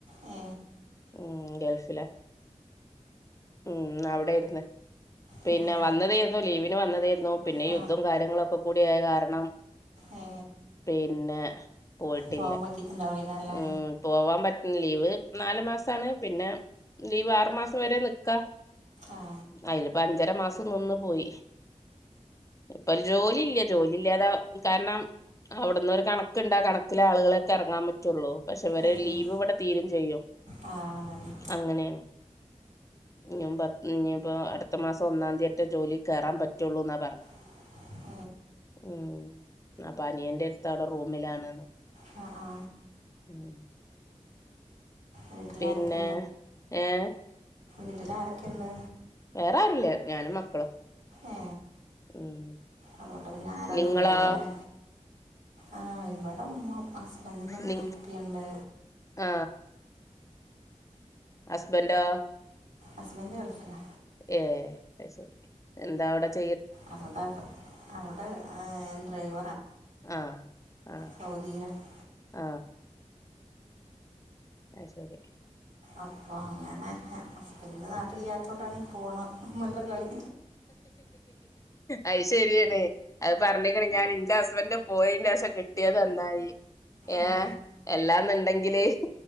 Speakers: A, on the right (about 75°); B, on the left (about 25°).
A: മ്
B: ഉം ഗൾഫിലാ ഉം അവിടേര്ന്ന് പിന്നെ
A: ഉം.
B: വന്നതേയൊരു ലീവിന് വന്നതേയിരുന്നു പിന്നെ
A: ആ
B: യുദ്ധോം കാര്യങ്ങളൊക്ക കൂടി ആയ കാര ണം
A: ഏ
B: പിന്നെ പോയിട്ടില്ല
A: പോകാൻ പറ്റിയിട്ടുണ്ടാവില്ലേ കാറല്ലേ
B: ഉം പോവാൻ പ ലീവ് നാല് മാസാണ് പിന്നെ ലീവ് ആറു മാസം വരെ നിക്കാ
A: ആ
B: അയിലിപ്പ അഞ്ചര മാസം നിന്ന് പോയി ഇപ്പ ജോലി ഇല്ല ജോലി ഇല്ലാതെ കാരണം അവിടന്ന് ഒരു കണക്ക്ണ്ടാ കണ ത്തില ആളുകളൊക്കെ എറങ്ങാൻ പറ്റൊള്ളൂ പക്ഷെ ഇവരെ
A: ഏ
B: ലീവ്
A: ഏ
B: ഇവടെ തീരേം ചെയ്യും
A: ആ അതന്നെ
B: അങ്ങനേണ് ഇനിയുമ്പ ഇനിയിപ്പോ അടുത്ത മാസം ഒന്നാം തീയറ്റ ജോലി കേറാൻ പറ്റുള്ളൂ എന്നാ പറ
A: <inaudible>
B: മ് അപ്പ അനിയന്റെത്ത് അവിട റൂമിലാണ്
A: അ ആ
B: ഉം
A: വീട്ടിലാരൊക്കെ
B: പിന്നെ ഏ
A: വീട്ടിലാരൊക്കെണ്ട്
B: വേറെ ആരുല്ല ഞാനും മക്കളും
A: ഏ
B: മ്
A: അതുകൊണ്ട് പിന്നെ ആരതും
B: നിങ്ങളാ
A: ഇല്ലല്ലോ അല്ലേ ആ ഇവടെ ഉമ്മൊ ഹസ്ബന്റിന്റെ ഉമ്മേ
B: നി
A: ഉപ്പി ഇണ്ട്
B: ആ അസ്ബന്റോ
A: അസ്‌ബന്റ് ഗൾഫിലാ
B: ഏ അയ്ശരി എന്താ അവടെ ചെ
A: അതുകൊണ്ടാക്കും അവ്ടെ ഡ്രൈവ
B: ആ ആ
A: സൗദിയിലാണ്
B: ആ അയ് ശരി
A: അപ്പൊ അങ്ങനെ ഹസ്ബന്റ്ന് നാട്ടിലില്ല്യാത്തോണ്ടാണ് ഈ ഫോണ് മ്മ്ള്ള കളി
B: അയ് ശരിയാണ് അത് പറഞ്ഞേക്കണം ഞാനിന്റെ ഹസ്ബന്റ് പോയേന്റേഷം കി ട്ടിയതന്നായി ഏ
A: ഉം.
B: എല്ലാന്നുണ്ടെങ്കില്